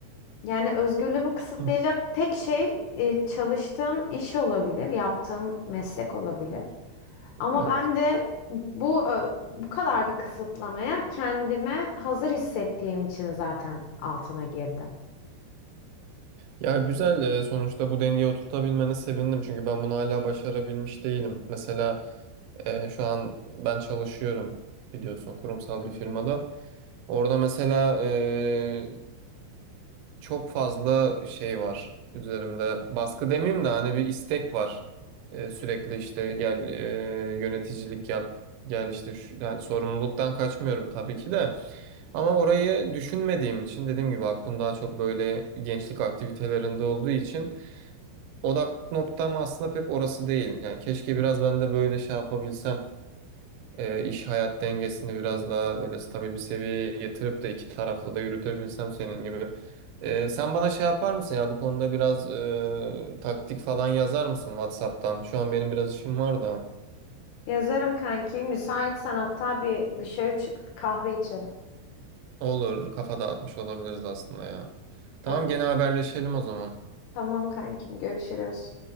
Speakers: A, on the left; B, on the right.
A: Yani özgürlüğümü kısıtlayacak
B: Hı.
A: tek şey e, çalıştığım iş olabilir, yaptığım meslek olabilir. Ama
B: Evet.
A: ben de bu e, bu kadar bir kısıtlamaya kendime hazır hissettiğim için zaten altına girdim.
B: Ya güzel e, sonuçta bu dengeyi oturtabilmene sevindim çünkü ben bunu hala başarabilmiş değilim. Mesela e, şu an ben çalışıyorum biliyorsun kurumsal
A: Hı.
B: bir firmada. Orada mesela e, çok fazla şey var üzerimde. Baskı demeyeyim de hani bir istek var. Ee, sürekli işte gel e, yöneticilik yap. Gel işte şu, yani sorumluluktan kaçmıyorum tabii ki de. Ama orayı düşünmediğim için dediğim gibi aklım daha çok böyle gençlik aktivitelerinde olduğu için odak noktam aslında pek orası değil. Yani keşke biraz ben de böyle şey yapabilsem e, iş hayat dengesini biraz daha böyle stabil bir seviyeye getirip de iki taraflı da yürütebilsem senin gibi. E, sen bana şey yapar mısın ya bu konuda biraz e, taktik falan yazar mısın WhatsApp'tan? Şu an benim biraz işim var da.
A: Yazarım kanki. Müsaitsen hatta bir dışarı çık kahve içelim.
B: Olur, kafa dağıtmış olabiliriz aslında ya. Tamam
A: Olur.
B: gene haberleşelim o zaman.
A: Tamam kankim görüşürüz.